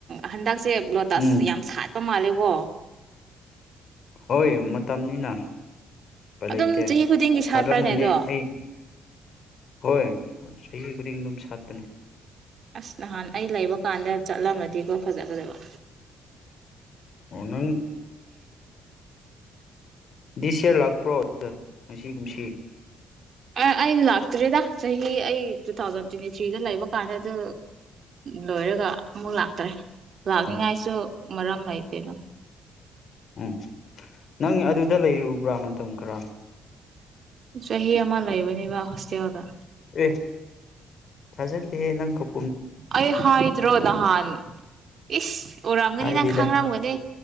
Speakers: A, on the right (about 55°); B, on the left (about 55°).
A: ꯍꯟ ꯁꯦ ꯂꯣꯇꯥꯁ
B: ꯎꯝ
A: ꯌꯥꯝ ꯁꯥꯠꯦ ꯃꯇ ꯃꯥꯂꯦꯕꯣ
B: ꯍꯣꯏ ꯃꯇꯝꯅꯤꯅ ꯂꯩꯇꯦ
A: ꯑꯗꯨꯝ ꯆꯍꯤ ꯈꯨꯗꯤꯡꯒꯤ
B: ꯁꯥꯠꯂꯝꯒꯅꯤ
A: ꯁꯥꯠꯄ꯭ꯔꯅꯦ ꯑꯗꯣ
B: ꯑꯩ ꯍꯣꯏ ꯆꯍꯤ ꯈꯨꯗꯤꯡ ꯑꯗꯨꯝ ꯁꯥꯠꯄꯅꯦ
A: ꯑꯁ ꯅꯍꯥꯟ ꯑꯩ ꯂꯩꯕ ꯀꯥꯟꯗ ꯆꯠꯂꯝꯃꯗꯤꯀꯣ ꯐꯖꯒꯖꯕ
B: ꯑꯅꯪ ꯗꯤꯁ ꯏꯌꯥꯔ ꯂꯥꯛꯄ꯭ꯔꯣ ꯉꯁꯤꯒꯨꯝꯁꯤ
A: ꯑ ꯑꯩ ꯂꯥꯛꯇ꯭ꯔꯦꯗ ꯆꯍꯤ ꯑꯩ ꯇꯨ ꯊꯥꯎꯖꯟ ꯇ꯭ꯋꯦꯟꯇꯤ ꯊ꯭ꯔꯤꯗ ꯂꯩꯕ ꯀꯥꯟꯗ ꯑꯗꯨ ꯂꯣꯏꯔꯒ ꯑꯃꯨꯛ ꯂꯥꯛꯇ꯭ꯔꯦ ꯂꯥꯛꯅꯤꯡꯉꯥꯏꯁꯨ
B: ꯎꯝ
A: ꯃꯔꯝ ꯂꯥꯏꯇꯦꯅ
B: ꯎꯝ ꯅꯪ ꯑꯗꯨꯗ ꯂꯩꯔꯨꯕ꯭ꯔꯥ ꯃꯇꯝ ꯈꯔ
A: ꯆꯍꯤ ꯑꯃ ꯂꯩꯕꯅꯦꯕ ꯍꯁꯇ ꯋꯥꯗ
B: ꯑꯦ ꯊꯖꯗꯤꯦꯍꯦ ꯅꯪꯈ
A: ꯑꯩ ꯍꯥꯏꯗ꯭ꯔꯣ ꯅꯍꯥꯟ ꯏꯁ ꯑꯣꯏꯔꯝꯒꯅꯤ
B: ꯍꯥꯏꯗꯦꯗ
A: ꯅꯪ ꯈꯥꯡꯉ꯭ꯔꯥꯝꯒꯅꯦ